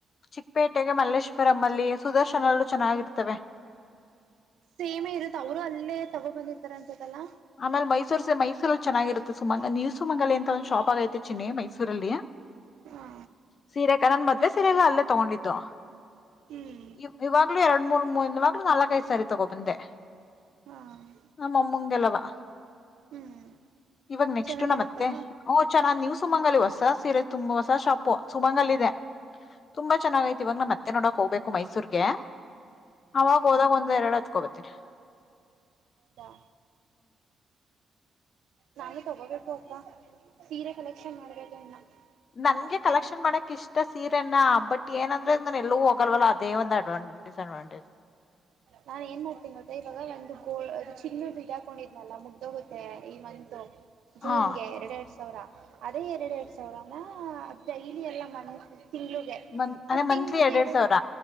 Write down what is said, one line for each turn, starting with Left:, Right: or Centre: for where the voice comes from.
Left: ಚಿಕ್ಕಪೇಟೆಗೆ ಮಲ್ಲೇಶ್ವರಂಲ್ಲಿ ಸುದರ್ಶನಲ್ಲೂ ಚೆನ್ನಾಗಿರುತ್ತವೆ
Right: ಸೇಮೆ ಇರುತ್ತೆ ಅವರು ಅಲ್ಲೇ ತಗೊ ಬಂದಿರ್ತಾರ ಅನ್ಸತ್ತಲ್ಲಾ
Left: ಆಮೇಲೆ ಮೈಸೂರ್ ಸ ಮೈಸೂರಲ್ಲಿ ಚೆನ್ನಾಗಿರುತ್ತೆ ಸುಮಂಗ ನೀವು ಸುಮಂಗಲಿ ಅಂತ ಒಂದಂದು ಶಾಪ್ ಆಗೈತೆ ಚಿನ್ನಿ ಮೈಸೂರಲ್ಲಿ
Right: ಹಾ
Left: ಸೀರೆಕ ನನ್ ಮದ್ವೆ ಸೀರೆ ಎಲ್ಲ ಅಲ್ಲೇ ತಗೊಂಡತ್ತುು
Right: ಹ್ಮ್
Left: ಇ ಇವಾಗ್ಲುೂ ಎರಡ್ ಮೂರ್ ಮೂವಾಗ್ಲುೂ ನಾಲ್ಕ ಐದು ಸರಿ ತಗೋಬಂದೆ
Right: ಹಾ
Left: ನಮ್ಮೂಂಗ ಎಲ್ಲ ವಾ
Right: ಹ್ಮ್
Left: ಇವಾಗ ನೆಕ್ಸ್ಟ್
Right: ಚೆನ್ನಾಗಿರುತ್ತಾ
Left: ನಮ್ ಮತ್ತೆ ಓ ಚೆನ್ನ ನೀವ್ಸ್ ಸುಮಂಗಲಿ ಹೊಸ ಸೀರೆ ತುಂಬ ಹೊಸ ಶಾಪು ಸುಮಂಗ ಅಲ್ಲಿದೆ ಇದೆ ತುಂಬಾ ಚೆನ್ನಾಗ ಐತಿ ಇವಾಗ ನಾಮ್ ಅತ್ತೇ ಮತ್ತೆ ನೋಡಕ್ ಹೋಗ್ಬೇಕು ಮೈಸೂರ್ಗೆ ಅವಾಗ ಹೋದಾಗ ಒಂದ ಎರಡು ಹೆತ್ಕೊಂಡುಬರ್ತೀನಿ
Right: ಹೌದಾ ನಾನು ತಗೋಬೇಕು ಅಕ್ಕ ಸೀರೆ ಕಲೆಕ್ಷನ್ ಮಾಡ್ಬೇಕ
Left: ನನ್ಗೆ
Right: ಜಾಸ್ತಿ
Left: ಕಲೆಕ್ಷನ್
Right: ಮಾಡ್ತೀನಿ
Left: ಮಾಡಕ್ ಇಷ್ಟ ಸೀರೆನ ಬಟ್ ಏನಂದ್ರೆ ನನ್ನ ಎಲ್ಲೂ ಹೋಗಲ್ಲ್ಲ ಅದೇ ಒಂದು ಅಡ್ವಾಂಟೇಜ್ ಡಿಸ್ಅಡ್ವಾಂಟೇಜ್
Right: ನಾ ಏನ್ ಮಾಡ್ತೀನಿ ಗೊತ್ತಾ ಇವಾಗ ಒಂದು ಅದು ಚಿನ್ನದುಡಾಕೊಂಡಿದ್ನಲ್ಲ ಮುಗ್ದ ಹತ್ತೆ ಈ ಮಂತ ಜೂನ್ಗೆ
Left: ಹಾ
Right: ಎರಡ್ ಎರಡ್ ಸಾವಿರ ಅದೇ ಎರಡ್ ಎರಡ್ ಸಾವಿರ ಡೈಲಿ ಎಲ್ಲ ತಿಂಗಳಗೆ
Left: ಮನ್ ಅಂದ್ರೆ
Right: ಅ ತಿಂಳ
Left: ಮಂತ್ಲಿ ಎರಡೆರಡ್
Right: ಎರಡು
Left: ಸಾವಿರ